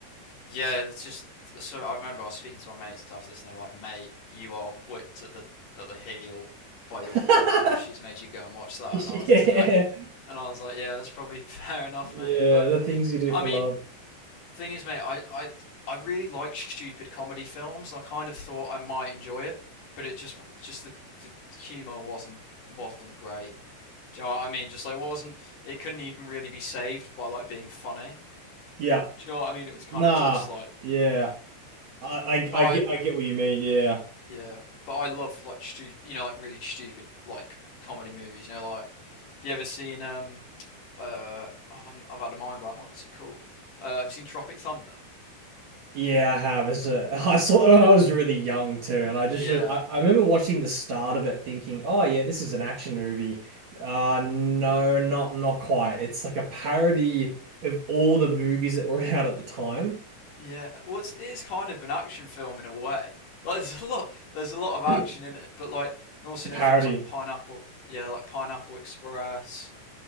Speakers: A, on the left; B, on the right.
A: yeah, it's just so I remember I was speaking to my mates after this, and they were like, "Mate, you are whipped at the at the heel." by
B: <laughs>
A: your girlfriend if she's made you go and watch that
B: Yeah.
A: and I was <laughs> like And I was like, yeah, that's probably <laughs> fair enough,
B: Yeah,
A: mate. But
B: the things you do
A: I
B: for
A: mean,
B: love.
A: thing is, mate, I I I really like stupid comedy films. I kind of thought I might enjoy it, but it just just the, the humor wasn't wasn't great. Do you know what I mean? Just like wasn't it couldn't even really be saved by like being funny.
B: Yeah.
A: Do you know what I mean? It was kind
B: Nah.
A: of just like,
B: Yeah. I,
A: but
B: I I get I
A: I
B: get what you mean. Yeah.
A: yeah, but I love like stupid, you know, like really stupid like comedy movies. You know, like have you ever seen um uh oh, i have had a mind blank. What's it called? Uh, have you seen Tropic Thunder?
B: Yeah, I have. It's a, <laughs> I saw that when I was really young too, and I just
A: Yeah,
B: I, I remember watching the start of it thinking, "Oh yeah, this is an action movie." Uh no, not not quite. It's like a parody of all the movies that were <laughs> out at the time.
A: yeah. Well, it's, it's kind of an action film in a way. <laughs> Like there's a lot, there's a lot of action
B: <clears throat>
A: in it, but like, and also
B: It's a
A: you
B: parody.
A: know films like Pineapple, yeah, like Pineapple Express.